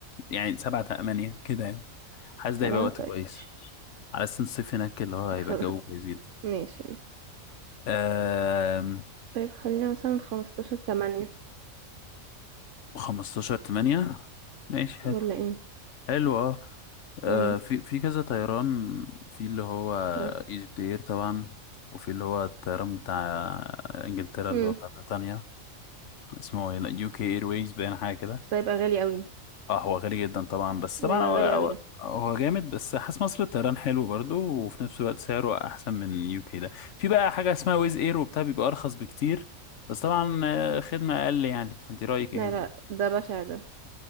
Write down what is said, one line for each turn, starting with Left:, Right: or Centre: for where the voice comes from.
Left: يعني سبعة تمانية كده يعني حاسس
Right: سبعة
Left: ده هيبقى وقت
Right: طيب
Left: كويس
Right: ماشي
Left: على أساس الصيف هناك اللي هو هيبقى
Right: خلاص
Left: الجو كويس
Right: ماشي ماشي
Left: جدا
Right: طيب خلينا مثلا خمستاشر تمانية
Left: خمستاشر تمانية ماشي حلو
Right: ولا ايه
Left: حلو اه آه،
Right: امم
Left: في في كذا طيران في اللي هو
Right: طيب
Left: ايجيبت اير طبعا وفي اللي هو الطيران بتاع انجلترا
Right: امم
Left: اللي هو بتاع بريطانيا اسمه يو كي اير ويز باين حاجة كده
Right: بس ده يبقى غالي قوي
Left: اه هو غالي جدا طبعا بس
Right: ده
Left: طبعا
Right: يبقى
Left: هو
Right: غالي
Left: هو
Right: قوي ده
Left: هو جامد بس حاسس مصر الطيران حلو برضو وفي نفس الوقت سعره احسن من يو كي ده في بقى حاجة اسمها ويز اير وبتاع بيبقى ارخص بكتير بس طبعا آه، خدمة اقل يعني فانت رأيك ايه؟
Right: لا لا ده بشع ده